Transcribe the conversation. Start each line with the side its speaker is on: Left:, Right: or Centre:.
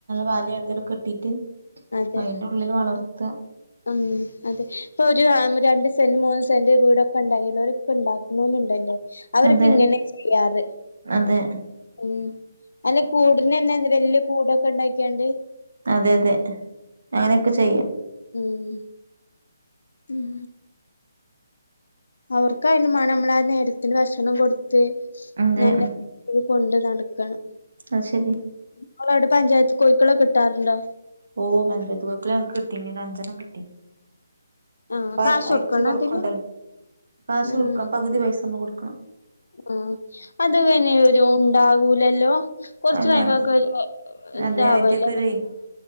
Right: വല എന്തെങ്കിലും കേട്ടിട്ട്
Left: അതെ
Right: അതിന്റെ ഉള്ളിൽ വളർത്ത.
Left: ഉം അതെ ഇപ്പൊ ഒരു രണ്ട് സെന്റ് മൂന്ന് സെന്റ് വീടൊക്കെ ഉണ്ടാവുള്ളു. ഉണ്ടാക്കുന്നോൽലുണ്ടലോ അവരൊക്കെ
Right: അതെ
Left: ഇങ്ങനെ ചെയ്യാറ്
Right: അതെ
Left: മ്മ്. അല്ല കൂടിനനേ വലിയ കൂടൊക്കെ ഉണ്ടാക്കിയണ്ട്.
Right: അതെ അതെ അങ്ങനെയൊക്കെ ചെയ്യാം.
Left: ഉം. ഉം അവർക്ക് അയ്മാനം നമ്മള ആ നേരത്തിന് ഭക്ഷണം കൊടു ത്ത്
Right: അതെ
Left: നല്ലരീതി കൊണ്ട് നടക്കണം.
Right: ആ ശരി.
Left: നിങ്ങടവിടെ പഞ്ചായത്ത് കോഴിക്കളേ കിട്ടാറുണ്ടോ.
Right: ഓ പഞ്ചായത്ത് കോഴിക്കളാ ഞങ്ങൾക് കിട്ടിനി അഞ്ചണ്ണം കിട്ടി.
Left: ആഹ്
Right: അപ്പ
Left: കാശ്
Right: അയച്ച്
Left: കൊടുക്കണോ
Right: കൊടുക്കണ്ടല്ലോ
Left: അതിന്
Right: കാശ്
Left: ആഹ്
Right: കൊടുക്കണം പകുതി പൈസ നമ്മൾ കൊടുക്കണം.
Left: ആഹ് അത് പിന്നെഒരു ഉണ്ടാകൂലല്ലോ. കൊറച്ച്
Right: അത്
Left: കഴിയുമ്പോ
Right: ഞ
Left: ഇതാവലൊ?
Right: അതെ അയിറ്റക്കൊരു